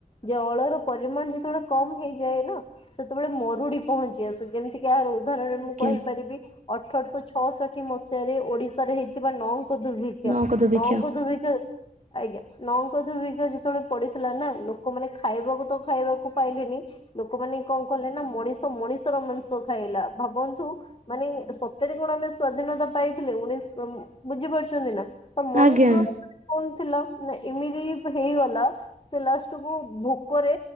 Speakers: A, on the left (about 35°); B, on the right (about 55°).
A: ଜଳର ପରିମାଣ ଯେତେବେଳେ କମ ହେଇଯାଏ, ନା ସେତେବେଳେ ମରୁଡି ପହଞ୍ଚି ଆସେ ଯେମିତିକି ଏହାର ଉଦାହରଣରେ,
B: ଆଜ୍ଞା
A: ମୁଁ କହିପାରିବି ଅଠରଶହ ଛଅଷଠି ମସିହାରେ ଓଡିଶାରେ ହେଇଥିବା ନଅଁ ଙ୍କ ଦୁର୍ଭିକ୍ଷ
B: ନକଦବେକ୍ଷ
A: ନଅଙ୍କ ଦୁର୍ଭିିକ୍ଷ ଆଜ୍ଞା। ନଅଙ୍କ ଦୁର୍ଭିକ୍ଷ ଯେତେବେଳେ ପଡିଥିଲା ନା ଲୋକମାନେ ଖାଇବାକୁ ତ ଖାଇବାକୁ ପାଇଲେନି ଲୋକମାନେ କଣ କଲେ ନା ମଣିଷ ମଣିଷର ମାଂସ ଖାଇଲା ଭାବନ୍ତୁ ମାନେ ସତରେ କଣ ଆମେ ସ୍ଵାଧୀନତା ପାଇଥିଲେ, ଉଣିସ୍ ବୁଝି ପାରୁଛନ୍ତି ନା ତ ମଣିଷ
B: ଆଜ୍ଞା
A: କହେ ନା ଏମିତି ହେଇଗଲା ସେ ଲାଷ୍ଟକୁ ଭୋକରେ